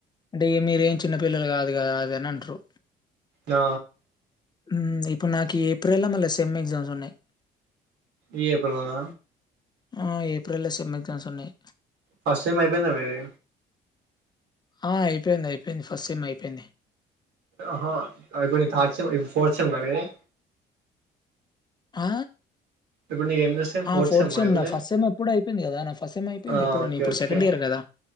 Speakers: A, on the left; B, on the right.
A: అంటే ఇ మీరు ఏం చిన్నపిల్లలు కాదు కదా అది అని అంటరు
B: ఆ
A: ఉమ్ ఇప్పుడు నాకి ఈ ఏప్రిల్ లో మళ్ళీ సెమ్ ఎగ్జామ్స్ ఉన్నాయి
B: ఈ ఏప్రిల్ లోన
A: ఆ ఏప్రిల్ లో సెమ్ ఎగ్జామ్స్ ఉన్నాయి
B: ఫస్ట్ సెమ్ అయిపోయిందా మీది
A: ఆ అయిపోయింది అయిపోయింది ఫస్ట్ సెమ్ అయిపోయింది
B: ఆహా ఇప్పుడు నీది థర్డ్ సెమ్ ఫోర్త్ గద నీది
A: ఆ
B: ఇప్పుడు నీది ఎన్నో సెమ్ ఫోర్త్
A: ఆ!
B: సెమ్మా
A: సెమ్
B: ఇప్పుడు
A: నా
B: నీది
A: ఫస్ట్ సెమ్ ఎప్పుడో అయిపోయింది గదా! నా ఫస్ట్ సెమ్ అయిపోయింది.
B: ఆ
A: ఎప్పుడో
B: ఓకే
A: నేను ఇప్పుడు
B: ఓకే
A: సెకండ్ ఇయర్ గదా!